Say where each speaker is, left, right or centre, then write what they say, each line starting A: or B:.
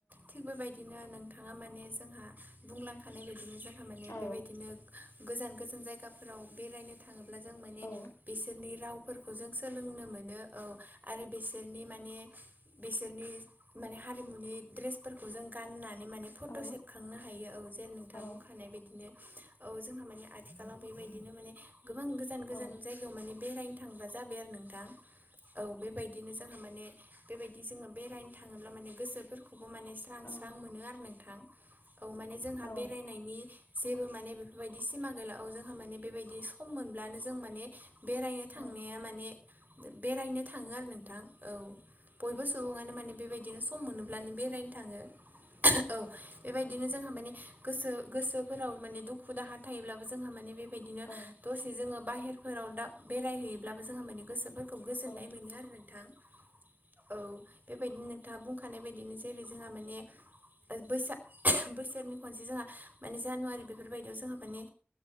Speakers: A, on the right; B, on the left.
A: थिग बेबायदि बिदिनो नोंथांङा माने जोंहा बुंलांखानाय बायदिनो जोंहा माने
B: औ
A: बेबायदिनो गोजान-गोजान जायगाफोराव बेरायनो थांङोब्ला जों माने
B: औ
A: बिसोरनि राव फोरखौ जों सोलोंनो मोनो औ आरो बिसोरनि माने बिसोरनि माने हारिमुनि दड्रेस फोरखौ जों गाननानै माने फट'
B: औ
A: सेबखांनो हायो औ जैर नोंथाङा
B: औ
A: बुंखानाय बादिनो औ जोंहा माने आथिखालाव बेबायदिनो मान गोबां गोजान- गोजान
B: औ
A: जाय बेरायनो थांग्रा जाबाय आरो नोंथां औ बेबायदिनो जोंहामाने बेबाय बिदि जोंङो बेरायनो थांङोब्ला माने गोसोफोरखौबो माने स्रां-
B: औ
A: स्रां मोनो आरो नोंथां। औ माने जोंहा
B: औ
A: बेरायनायनि जेबो माने बेफोरबायदि सिमा गोैलाआव जोंहा माने बेबायदि सम मोनब्लानो जों माने बेरायनो
B: औ
A: थांनाया माने बेरायनो थांङो आरो नोंथां औ बयबो सुबुंङानो माने बेबायदिनो सम मोनोब्लानो बेरायनो थांङो। औ बेबायदिनो जोंहा माने गोसो गोसोफोराव माने दुखु-दाहा थायोब्लाबो जोंहा माने बे बिदिनो
B: औ
A: दसे जोंङो बाहेरफोराव दा बेरायहैयोब्लाबो जोंहा माने गोसोफोर खौ गोजोननाय
B: औ
A: मोनो आरो नोंथां। औ बे बायदिनो नोंथांङा बुंखानाय बायदिनो जेरै जोंहा माने ओ बैसा बोसोरनि खनसे जोंहा माने जानुवारि बेफोरबायदियाव जोंहा माने